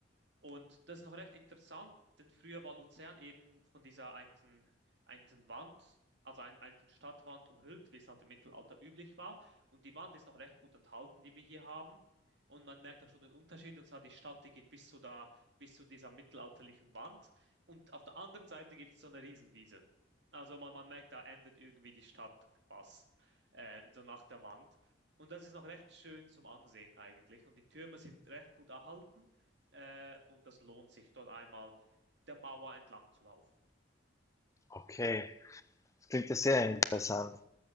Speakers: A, on the right (about 65°); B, on the left (about 15°).
A: Und das ist noch recht interessant, denn früher war Luzern eben von dieser einten, einten Wand, also ein, einten Stadtwand umhüllt, wie es halt im Mittelalter üblich war. Und die Wand ist noch recht gut enthalten, die wir hier haben. Und man merkt da schon den Unterschied. Und zwar die Stadt, die geht bis zu da, bis zu dieser mittelalterlichen Wand. Und auf der anderen Seite gibt es so eine Riesenwiese. Also man, man merkt, da endet irgendwie die Stadt fast, äh, so nach der Wand. Und das ist noch recht schön zum Ansehen eigentlich. Und die Türme sind recht gut erhalten. Äh, und das lohnt sich, dort einmal der Mauer entlang zu laufen.
B: Okay, das klingt ja sehr interessant.